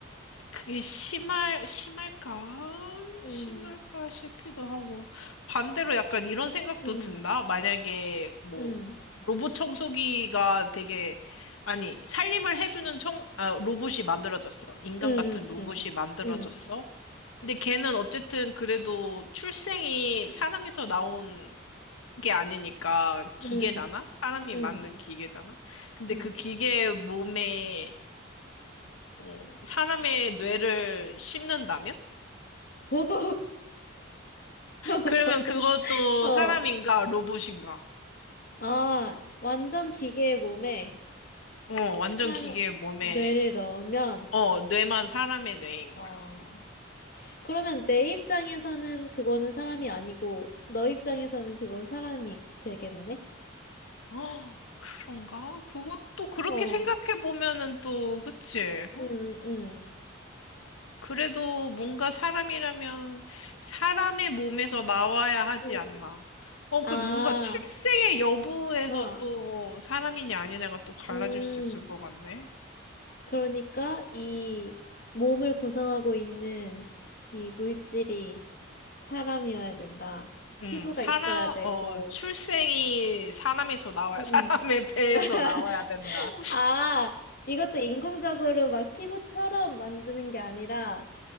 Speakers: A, on the left; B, on the left.
A: 그게 심할, 심할까?
B: 음,
A: 심할까 싶기도 하고. 반대로 약간 이런 생각도
B: 음,
A: 든다? 만약에 뭐,
B: 음,
A: 로봇 청소기가 되게, 아니, 살림을 해주는 청, 아, 로봇이 만들어졌어. 인간
B: 음,
A: 같은 로봇이
B: 음,
A: 만들어졌어.
B: 음,
A: 근데 걔는 어쨌든 그래도 출생이 사람에서 나온 게 아니니까 기계잖아?
B: 음, 음,
A: 사람이
B: 음,
A: 만든 기계잖아? 근데
B: 음.
A: 그 기계 몸에, 어, 사람의 뇌를 심는다면?
B: 버거. <laughs>
A: 그러면 그것도
B: 어.
A: 사람인가 로봇인가?
B: 아, 완전 기계의 몸에
A: 어, 완전
B: 살,
A: 기계 몸에,
B: 뇌를 넣으면,
A: 어, 뇌만 사람의 뇌인
B: 어,
A: 거야.
B: 그러면 내 입장에서는 그거는 사람이 아니고, 너 입장에서는 그건 사람이 되겠네?
A: 어, 그런가? 그것도 그렇게
B: 어,
A: 생각해 보면은 또, 그치? 어?
B: 음, 음,
A: 그래도 뭔가 사람이라면 사람의 몸에서 나와야 하지
B: 음.
A: 않나. 어,
B: 아,
A: 그 뭔가 출생의 여부에서
B: 어,
A: 또 사람이냐 아니냐가 또 갈라질
B: 음.
A: 수 있을 것 같네.
B: 그러니까 이 몸을 구성하고 있는 이 물질이 사람이어야 된다.
A: 음,
B: 피부가
A: 사람,
B: 있어야 되고,
A: 어, 출생이 사람에서 나와야,
B: 음.
A: <laughs> 사람의 배에서
B: <laughs>
A: 나와야 된다.
B: 아, 이것도 인공적으로 막 피부처럼 만드는 게 아니라